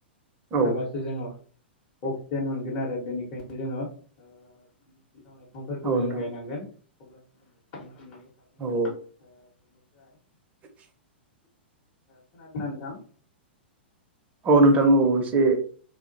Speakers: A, on the right; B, on the left.
A: औ
B: थाबासो जोङो अक्सिजेन मोनगोन आरो बेनिखायनो जोङो ओ बिफां लाइफांफोरखौ
A: औ
B: जों
A: नोंथां
B: गायनांगोन अब्लासो जों बि मोनबाय थागोन
A: औ
B: आरो <inaudible>
A: <inaudible>
B: खोनादोंना नोंथां।
A: औ नोंथां औ एसे